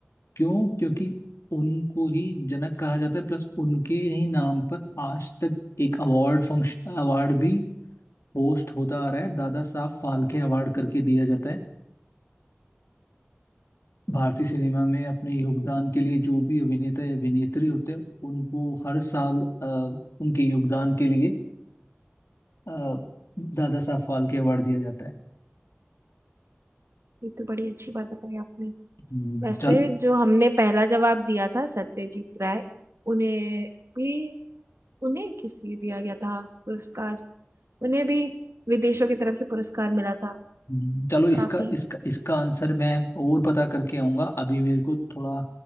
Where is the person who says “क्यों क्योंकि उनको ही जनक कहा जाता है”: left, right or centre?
Left